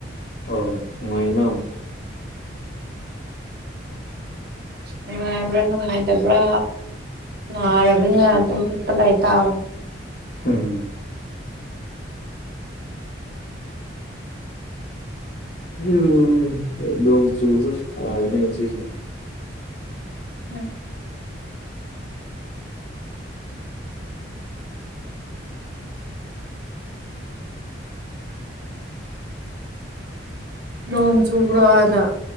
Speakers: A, on the left; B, on the right.
A: ꯑ ꯅꯨꯡꯉꯥꯏꯅ
B: ꯅꯨꯡꯉꯥꯏꯕ꯭ꯔꯥ ꯅꯨꯡꯉꯥꯏꯇꯕ꯭ꯔꯥ ꯅꯥꯔꯕꯅꯤꯅ ꯑꯗꯨꯝ ꯍꯦꯛꯄ ꯂꯩ ꯇꯥꯕꯅꯦ
A: ꯍꯝ ꯍꯨꯝ ꯎꯝ ꯗ ꯆ ꯍꯥꯏꯅꯩꯅ
B: ꯎꯝ ꯅꯣꯡ ꯆꯨꯕ꯭ꯔꯣ ꯑꯗ